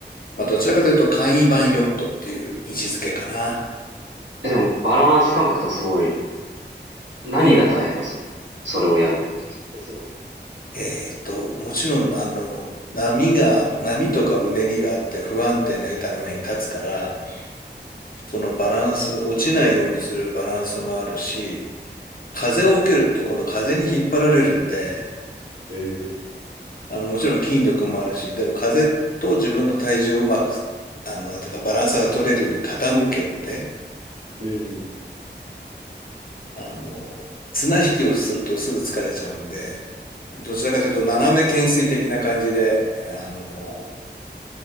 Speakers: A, on the left (about 50°); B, on the right (about 85°).
A: まあどちらかというと簡易版ヨットっていう位置づけかな。
B: え、でも、バランス感覚とかすごい、何が大変な、
A: うん。
B: その、それをやるときってすごい。
A: えっと、もちろん、あの、波が、波とかうねりがあって不安定な板の上に立つから、そのバランス、落ちないようにするバランスもあるし、風を受けると今度風に引っ張られるんで、
B: うん。
A: あの、もちろん筋力もあるし、でも風と自分の体重をうまく、あの、なんていうかバランスが取れるように傾けて、
B: うん。
A: あの、綱引きをするとすぐ疲れちゃうんで、どちらかというと斜め懸垂的な感じで、あの、